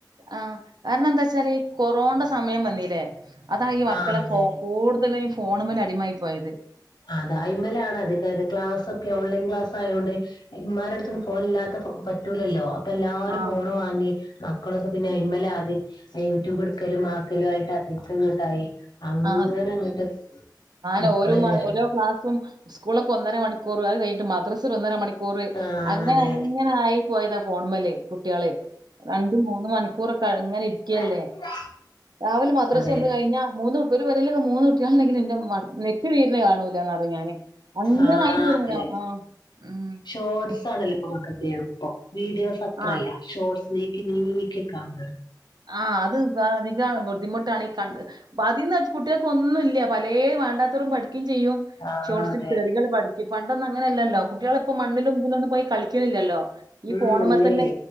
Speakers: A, on the right; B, on the left.
A: ആഹ് കാരണം എന്താ വച്ചാല് ഈ കൊറോണന്റെ സമയം വന്നീല്ലേ അതാ ഈ മക്കളെ
B: ആഹ് അതെ
A: ഫോ കൂടുതലും ഈ ഫോണ്മേല് അടിമായി പോയത്
B: അടൈമിലാണ് അധികവര് ക്ലാസ്സൊക്കെ ഓൺലൈൻ ക്ലാസായോണ്ട്- ഇമ്മാരെടുത്തൊന്നും ഫോൺ ഇല്ലാത്ത പ്പ പറ്റൂല്ലല്ലോ. അപ്പോ എല്ലാരും
A: ആഹ്
B: ഫോണും വാ മന്തി മക്കളൊക്കെ പിന്നെ അയമ്മ്ലാ ആദ്യേ യൂട്യൂബ് എടുക്കലും ആക്കലും ആയിട്ട് അതിൽത്തെങ്ങ്ട്ടായി അങ്ങന
A: ആഹ്
B: അങ്ങട്ട്
A: അങ്ങനെ
B: മക്കളതിലായി
A: ഓരോ മ ഓരോ ക്ലാസും സ്കൂളൊക്കെ ഒന്നര മണിക്കൂറ്. അത് കഴിഞ്ഞട്ട് മദ്രസ ഒര് ഒന്നര മണിക്കൂറ്.
B: ആഹ്
A: അങ്ങനെ
B: അതെ
A: അങ്ങനെ ആയി പോയതാ ഫോണ് മ്മല് കുട്ട്യാളേ. രണ്ടും മൂന്ന മണി ക്കൂറ് ഇങ്ങനെ ഇരിക്കല്ലേ?
B: അതെ
A: രാവിലെ മദ്രസ
B: അതെ
A: വന്ന് കഴിഞ്ഞ മൂന്ന് ഒരു പെരയിലൊക്കെ മൂന്ന് കുട്ടികളണണ്ടെങ്കിൽ എന്റെ ഉമ്മ നെറ്റ് തീരെണ് കാണൂലാന്ന് പറയും ഞാന്. അങ്ങനെ
B: ആഹ്
A: ആയി തീർന്നനാ
B: അതെ
A: ആഹ് ഉം
B: ഷോർട്സ് ആണ് എല്ലാപ്പ മക്കക്ക്. എളുപ്പം. വീഡിയോസ് അത്രല്ല
A: ആഹ്
B: ഷോർട്സിനേക്ക് നീക്കി നീക്കി കാണണത്.
A: ആഹ് അത് ദ് അധികാണ്. ബുദ്ധിമുട്ടാണ്. ഈ കണ്ട് പ്പ അതിൽന്നന്ന് കുട്ടികൾക്ക് ഒന്നൂല്ല്യ. പല വേണ്ടാത്തരും പഠിക്കും ചെയ്യും.
B: ആഹ്
A: ഷോർട്സിൽ
B: അതെ
A: തെറികള് പഠി ഈ പണ്ടൊന്നും അങ്ങനെയല്ലല്ലോ. കുട്ടികള് ഇപ്പോ മണ്ണിലും ഇതിലൊന്നും പോയി കളിക്കണില്ലല്ലോ. ഈ
B: ഉം
A: ഫോണുംമ്മതന്നെ
B: ഇല്ലേ